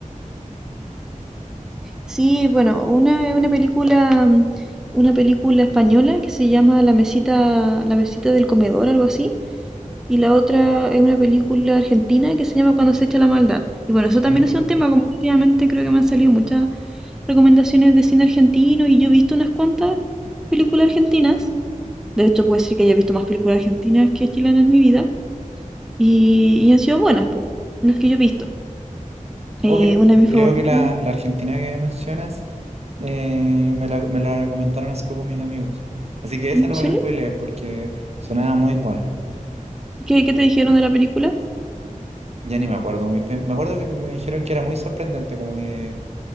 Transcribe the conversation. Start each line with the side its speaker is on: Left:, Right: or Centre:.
Centre: Sí, bueno, una una película, mm, una película española que se llama La mesita, La mesita del comedor, algo así, y la otra es una película argentina que se llama Cuando se echa la maldad. Y bueno, eso
Right: Ujú.
Centre: también ha sido un tema, como que últimamente creo que me han salido muchas recomendaciones de cine argentino y yo he visto unas cuantas películas argentinas. De hecho, puede ser que haya visto más películas argentinas que chilenas en mi vida y, y han sido buenas, pues, las que yo he visto. Eh,
Right: O cre-
Centre: una de mis
Right: creo
Centre: favoritas,
Right: que la, la Argentina que mencionas eh, me la, me la recomendaron hace poco mis amigos. Así que esa
Centre: ¿en
Right: no
Centre: serio?
Right: me la spoilees porque sonaba muy buena.
Centre: ¿Qué, qué te dijeron de la película?
Right: Ya ni me acuerdo muy bien. Me acuerdo que me dijeron que era muy sorprendente, como que